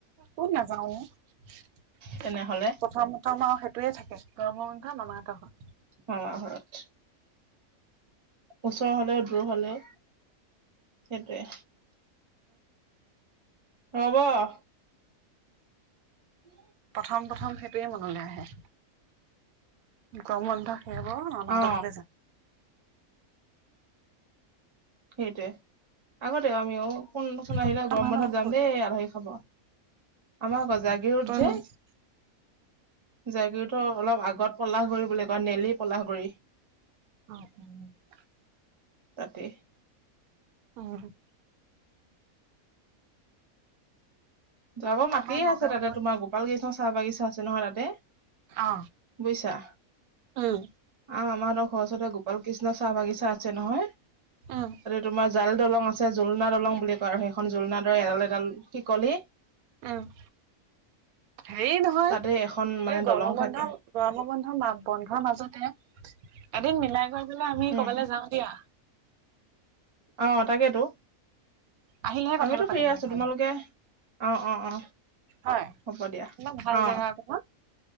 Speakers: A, on the right; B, on the right.
A: কত নাযাও অ প্ৰথম
B: তেনেহলে
A: প্ৰথম আৰু সেইটোয়ে থাকে গৰমৰ বন্ধ মামাহতৰ ঘৰত
B: মামা ঘৰত ওচৰ হলেও দূৰ হলেও সেইটোৱে ৰ'ব <unintelligible>
A: প্ৰথম প্ৰথম সেইটোৱে মনলে আহে গৰম বন্ধত মামা হঁতৰ
B: অ
A: ঘৰলৈ যাম।
B: সেইটোৱে আগতে আমিওঁ, কোনচোন
A: যাম
B: আহিলে
A: মামাহঁতৰ
B: গৰম বন্ধত
A: ঘৰ
B: যাম দেই আলহী খাব। আমাৰ
A: ক'ত
B: গজাগি- জাগীৰোড
A: তই
B: যে জাগীৰোড অলপ আগত পলাশগুৰি বুলি কয় নেলি পলাশগুৰি।
A: <inaudible>
B: তাতে।
A: উম',।
B: জোয়াবা মাটি
A: আমাৰ নগাঁৱতে
B: আছে, তাতে
A: পৰে
B: তোমাৰ গোপাল কৃষ্ণ চাহ বাগিচা আছে নহয় তাতে।
A: অ
B: বুজিছা?
A: উম
B: আ' আমাৰ ঘৰৰ ওচৰতে গো গোপাল কৃষ্ণ চাহ বাগিচা আছে নহয়।
A: উম
B: তোমাৰ জাল দলং আছে, জোলনা দলং বুলি কয় আৰু সেই এখন জুলনা দৰে এডাল এডাল শিকলি।
A: উম', হেৰি নহয়
B: তাতে এখন মানে
A: এই
B: দলং
A: গৰম
B: থাকে
A: বন্ধ গৰম বন্ধ বন্ধৰ মাজতে, এদিন মিলাই কৈ পেলে আমি
B: উম
A: কবালৈ যাওঁ দিয়া।
B: অ', তাকেতো।
A: আহিলেহে
B: আমিতো
A: কথাটো পাতিবলে
B: ফ্ৰী আছো
A: ভাল।
B: তোমালোকে অ অ অ
A: হয়',
B: হ'ব দিয়া
A: ইমান ভাল
B: অ
A: জেগা অকমান